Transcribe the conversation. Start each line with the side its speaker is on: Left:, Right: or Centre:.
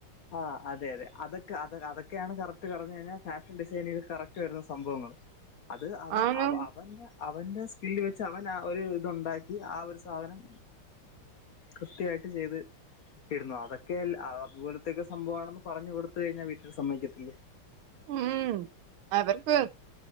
Left: ആ അതെ അതെ അതൊക്കെ അ അതൊക്കെയാണ് കറക്റ്റ് പറഞ്ഞ കഴിഞ്ഞാൽ ഫാഷൻ ഡിസൈനിൽ കറക്റ്റ് വരുന്ന സംഭവങ്ങൾ അത് അവ
Right: ആണ്
Left: അവ അവന്റെ അവന്റെ സ്കില്ല് വെച്ച് അവൻ ആ ഒരു ഇതുണ്ടാക്കി ഈ ആ ഒരു സാധനം കൃത്യായിട്ട് ചെയ്ത് ഇടുന്നു അതൊക്കെല്ല അതുപോലെ തെക്കെ സംഭമാണെന്ന് പറഞ്ഞ് കൊടുത്ത് കഴിഞ്ഞാൽ വീട്ടിൽ സമ്മതിക്കത്തില്ലേ
Right: മ് അവർക്ക്